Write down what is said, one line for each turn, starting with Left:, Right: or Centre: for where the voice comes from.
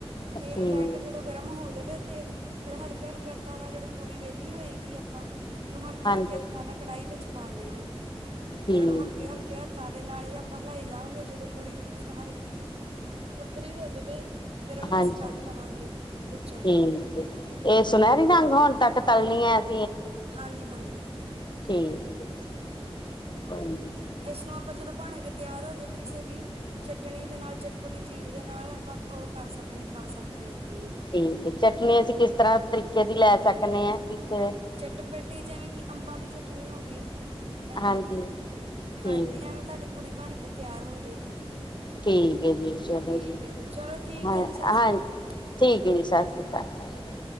Right: ਤੇਲ
Left: ਠੀਕ
Right: ਲੈ ਕੇ ਜਦੋਂ, ਗਰਮ ਹੋ ਜਾਵੇ ਤੇਲ, ਫਿਰ ਹਲਕੇ- ਹਲਕੇ ਹੱਥਾਂ ਨਾਲ ਜਿਹੜੀ ਪੂੜੀ ਵਿਹਲੀ ਹੋਏਗੀ ਆਪਾਂ ਉਹਨੂੰ ਹਲਕੇ-
Left: ਹਾਂਜੀ
Right: ਹਲਕੇ ਹੱਥਾਂ ਨਾਲ ਕੜਾਹੀ ਵਿੱਚ ਪਾ ਲੈਣਾ ਹੈ।
Left: ਠੀਕ
Right: ਫਿਰ ਉਹਨੂੰ ਹਲਕੇ-ਹਲਕੇ ਹੱਥਾਂ ਦੇ ਨਾਲ ਹੀ, ਆਪਾਂ ਹਿਲਾਈ ਜਾਵਾਂਗੇ, ਜਦੋਂ ਪੂੜੀ ਹਲਕੀ ਕੁੁਰਕਰੀ ਹੋ ਜਾਵੇ। ਫੇਰ ਉਹਨੂੰ
Left: ਹਾਂਜੀ!
Right: ਅਸੀਂ ਕੱਢ ਲਵਾਂਗੇ ਵਿੱਚੋਂ
Left: ਠੀਕ ਹੈ। ਇਹ
Right: ਹਾਂਜੀ
Left: ਸੁਨਹਿਰੀ ਰੰਗ ਹੋਣ ਤੱਕ ਤਲਣੀ ਹੈ? <unintelligible>
Right: ਹਾਂਜੀ-ਹਾਂਜੀ,
Left: ਠੀਕ ਹੈ ਜੀ! ਕੋਈ ਨਾ?
Right: ਇਸ ਨੂੰ ਆਪਾਂ ਜਦੋਂ ਬ ਬਣ ਕੇ ਤਿਆਰ ਹੋ ਜਾਵੇ। ਕਿਸੇ ਵੀ ਚਟਣੀ ਦੇ ਨਾਲ, ਚਟਪਟੀ ਚੀਜ਼ ਦੇ ਨਾਲ, ਆਪਾਂ ਉਹ ਕਰ ਸਕਦੇ ਖਾ। ਸਕਨੇ ਹਾਂ। ਇਹਨੂੰ
Left: ਠੀਕ! ਚਟਨੀ ਅਸੀਂ ਕਿਸ ਤਰ੍ਹਾਂ ਤਰੀਕੇ ਦੀ ਲੈ ਸਕਨੇ ਹਾਂ। ਠੀਕ ਹੈ
Right: ਚਟਪਟੀ, ਜਿਵੇਂ ਕਿ ਅੰਬਾਂ ਦੀ ਚਟਣੀ ਹੋ ਗਈ। ਐਵੇਂ?
Left: ਹਾਂਜੀ ਠੀਕ
Right: ਹਾਂਜੀ ਐਵੇਂ ਤੁਹਾਡੀ ਪੁੜੀ ਬਣ ਕੇ ਤਿਆਰ ਹੋ ਜਾਏਗੀ।
Left: ਠੀਕ ਹੈ ਜੀ, ਚਲੋ
Right: ਠੀਕ
Left: ਜੀ।
Right: ਹੈ ਚਲੋ ਠੀਕ
Left: ਹਾਂ-ਹਾਂ
Right: ਹੈ ਜੀ ਸਤਿ ਸ੍ਰੀ ਅਕਾਲ
Left: ਠੀਕ ਹੈ ਜੀ। ਸਤਿ ਸ੍ਰੀ ਅਕਾਲ।